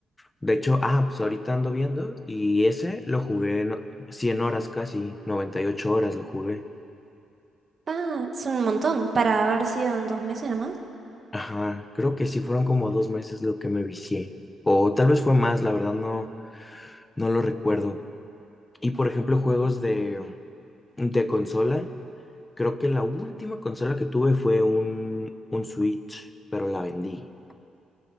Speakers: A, on the left (about 20°); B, on the right (about 40°).
A: De hecho, ah, pues ahorita ando viendo y ese lo jugué en 100 horas casi, 98 horas lo jugué.
B: Ah, es un montón para haber sido en dos meses nomás.
A: Ajá, creo que sí fueron como dos meses lo que me vicié. O tal vez fue más, la verdad no, no lo recuerdo. Y por ejemplo, juegos de, de consola. Creo que la última consola que tuve fue un, un Switch, pero la vendí.